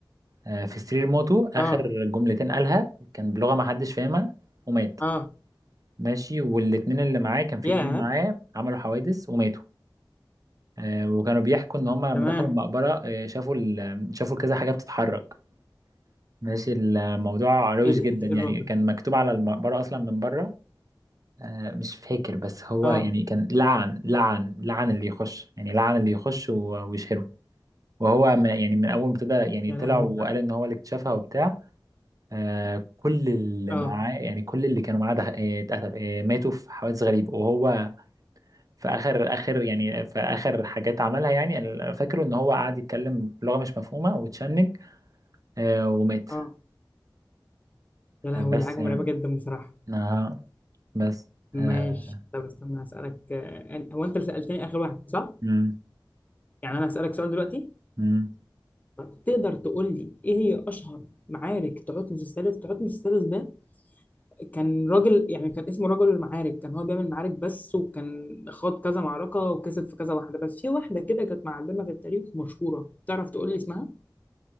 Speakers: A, on the right (about 45°); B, on the left (about 20°).
A: آه، في سرير موته اخر
B: اه
A: جملتين قالها كان بلغه ما حدش فاهمها ومات
B: اه
A: ماشي والاتنين اللي معاه كان في
B: يا
A: اتنين معاه عملوا حوادث وماتوا آه، وكانوا بيحكوا ان هم لما
B: تمام
A: دخلوا المقبره آه، شافوا ال- شافوا كذا حاجه بتتحرك ماشي الموضوع روش
B: ايه ده
A: جدا
B: ايه
A: يعني
B: الرعب ده؟
A: كان مكتوب على المقبره اصلا من بره آه، مش فاكر بس هو
B: اه
A: يعني كان لعن لعن لعن اللي يخش يعني لعن اللي يخش و- ويشهره وهو ما يعني من اول ما ابتدى يعني
B: يا
A: طلع
B: لهوي
A: وقال ان هو اللي اكتشفها وبتاع آه، كل اللي
B: اه
A: معاه يعني كل اللي كانوا معاه ده- آه، اتقتلوا آه، ماتوا في حوادث غريبه وهو في اخر اخر يعني في اخر حاجات عملها يعني انا فاكره ان هو قعد يتكلم بلغه مش مفهومه وتشنج آه ومات
B: اه يا لهوي
A: آه بس
B: دي حاجه
A: يعني
B: مرعبه جدا بصراحه
A: آه بس
B: ماشي
A: آه
B: طب استنى هسألك آه، أنا- هو انت اللي سألتني اخر واحد صح؟
A: مم
B: يعني انا هسألك سؤال دلوقتي
A: مم
B: طب تقدر تقول لي ايه هي اشهر معارك تعوتمس الثالث تعوتمس الثالث ده كان راجل يعني كان اسمه رجل المعارك كان هو بيعمل معارك بس وكان خاض كذا معركه وكسب في كذا واحده بس في واحده كده كانت معلمه في التاريخ مشهوره تعرف تقول لي اسمها؟